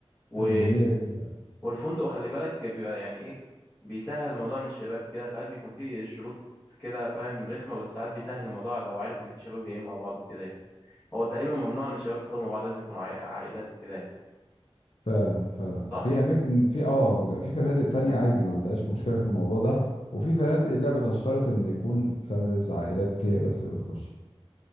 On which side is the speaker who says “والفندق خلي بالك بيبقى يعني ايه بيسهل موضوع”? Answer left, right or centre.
Left